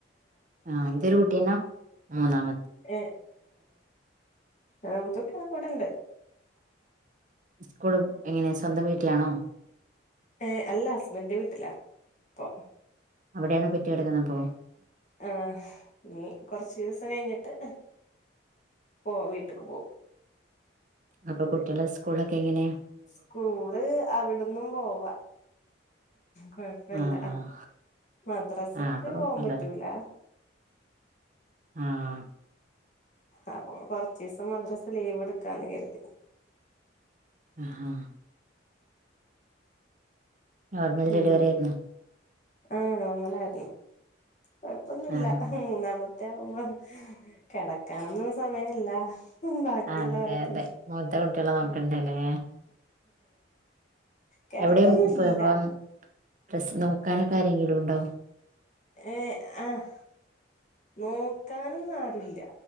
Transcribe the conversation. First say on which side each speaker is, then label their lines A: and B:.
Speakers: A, on the right; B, on the left.
A: ആഹ അന്റരു കുട്ടിയന്ന മൂന്നാമ
B: ഏ ആഹ് മുത്തൊട്ടിളക്കെ ഇവടെണ്ട്
A: സ്കൂളും എങ്ങനെ സ്വന്തംവീട്ടിലാണോ
B: ഏ അല്ല ഹസ്ബന്റെ വീട്ടിലാ പ്പൊ
A: അവിടെണോ പെറ്റ് കിടക്കുന്നപ്പോ
B: ആ നീ കുറച്ച് ദിവസം കഴിഞ്ഞിട്ട് പോ വീട്ടക്ക് പോവും
A: അപ്പൊ കുട്ട്യളെ സ്കൂളൊക്കെ എങ്ങനെയാ
B: സ്കൂൾ അവിടന്നും പോവാ കൊഴപ്പല്ല
A: ആഹ്
B: മദ്രാസക്ക്
A: ആഹ് അപ്പൊ കൊഴപ്പല്ലല്ലോ
B: പോവാൻ പറ്റൂല
A: ആഹ്
B: അപ്പൊ കൊറച്ചിസം മദ്രസ ലീവ് എടുക്കാന്ന് കരുതി.
A: ആഹ് നോർമൽ ഡലിവറിയായിരുന്നോ?
B: ഉം ആഹ് നോർമലായിരുന്നു കൊഴപ്പൊന്നുല്ല
A: ആഹ്
B: മൂന്നാമ ത്തെവുമ്പോ കെടക്കാനൊന്നും സമയല്ല ബാക്കിയുള്ളവരൊക്കെ
A: അതെ അതെ മൂത്തകുട്ട്യാളെ നൊക്കണ്ടലേ
B: കെടത്തൊന്നൂല്ല
A: എവിടെയും ഇപ്പ ഇപ്പം പ്രസ് നോക്കാനൊകേരെങ്കിലും ണ്ടോ?
B: ഏഹ് ആഹ് നോക്കാനൊന്നും ആരുല്ല